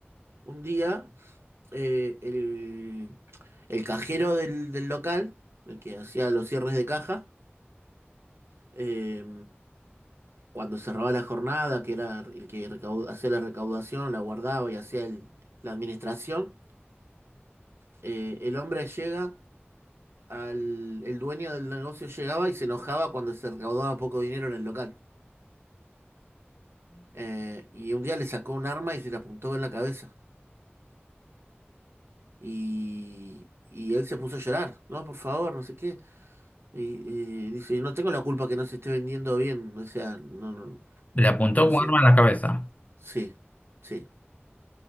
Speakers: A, on the right; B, on the left.
A: un día eh, el, el cajero del, del local, el que hacía los cierres de caja, Eh, cuando cerraba la jornada, que era el que recau- hacía la recaudación, la guardaba y hacía el- la administración, eh, el hombre llega al, el dueño del negocio llegaba y se enojaba cuando se recaudaba poco dinero en el local. Eh, y un día le sacó un arma y se le apuntó en la cabeza. Y, y él se puso a llorar, no, por favor, no sé qué. Y, y dice, no tengo la culpa que no se esté vendiendo bien, o sea, no, no,
B: le apuntó
A: no
B: un
A: sé.
B: arma en la cabeza.
A: Sí, sí.